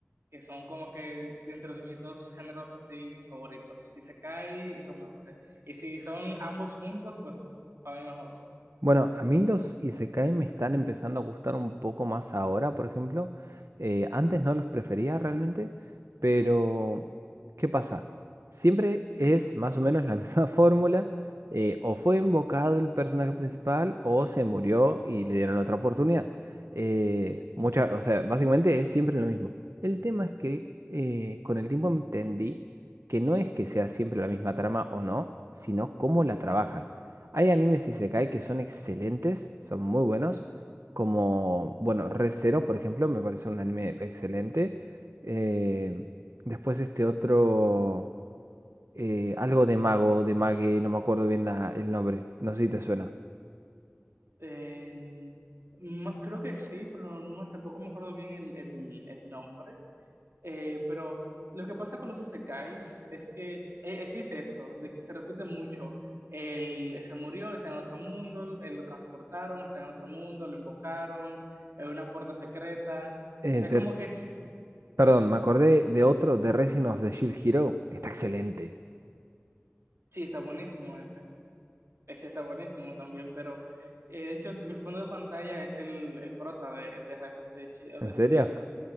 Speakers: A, on the right; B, on the right.
A: que son como que dentro de mis dos géneros así favoritos, isekai y romance. Y si son ambos juntos, pues para mí mejor.
B: Bueno, a mí los Isekai me están empezando a gustar un poco más ahora, por ejemplo. Eh, antes no los prefería realmente, pero ¿qué pasa? Siempre es más o menos la <laughs> misma fórmula. eh, o fue invocado el personaje principal o se murió y le dieron otra oportunidad. Eh, mucha- o sea, básicamente es siempre lo mismo. El tema es que eh, con el tiempo entendí que no es que sea siempre la misma trama o no, sino cómo la trabajan. Hay animes isekai que son excelentes, son muy buenos, como, bueno, Re:Zero, por ejemplo, me parece un anime excelente. Eh, después este otro, eh, algo de mago, de mague, no me acuerdo bien la- el nombre, no sé si te suena.
A: Eh, ma- creo que sí, pero no, no me- tampoco me acuerdo bien el, el- el nombre. Eh, pero lo que pasa con los isekais es que eh, eh, sí es eso, de que se repite mucho. Él eh, se murió, está en otro mundo, él lo transportaron, está en otro mundo, lo invocaron, en una puerta secreta.
B: Eh,
A: O sea,
B: de-
A: como que es-
B: perdón,
A: sí,
B: me acordé de otro, The Rising of the Shield Hero, está excelente.
A: sí, está buenísimo ese. Ese está buenísimo también, pero eh, de hecho mi fondo de pantalla es el, el prota de, de Rise of the, Shi- of
B: ¿En
A: the
B: serio?
A: Shield Hero.